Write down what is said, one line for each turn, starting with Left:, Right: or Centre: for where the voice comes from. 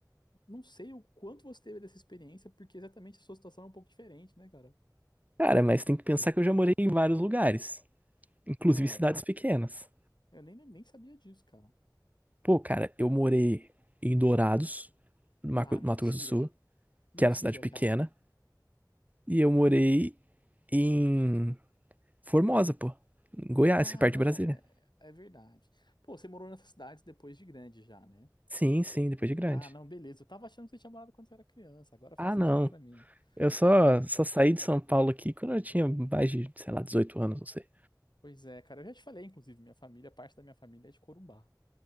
Left: não sei o quanto você teve dessa experiência, porque exatamente a sua situação é um pouco diferente, né, cara?
Right: Cara, mas tem que pensar que eu já morei em vários lugares, inclusive
Left: Ah,
Right: cidades pequenas.
Left: eu nem, nem sabia disso, cara.
Right: Pô, cara, eu morei em Dourados, no Mato
Left: Ah, mentira.
Right: Mato Grosso do Sul,
Left: Mentira,
Right: que era uma cidade pequena,
Left: cara.
Right: e eu morei em Formosa, pô, em Goiás,
Left: Ah,
Right: que é perto
Left: não,
Right: de Brasília.
Left: é, é verdade. Pô, você morou nessa cidade depois de grande já, né?
Right: Sim, sim, depois de grande.
Left: Ah, não, beleza. Eu tava achando que você tinha morado quando você era criança, agora
Right: Ah,
Left: faz sentido
Right: não.
Left: pra mim.
Right: Eu só,
Left: Não,
Right: só saí de São Paulo aqui quando eu tinha mais de, sei lá, dezoito anos, não sei.
Left: pois é, cara. Eu já te falei, inclusive, minha família, parte da minha família é de Corumbá,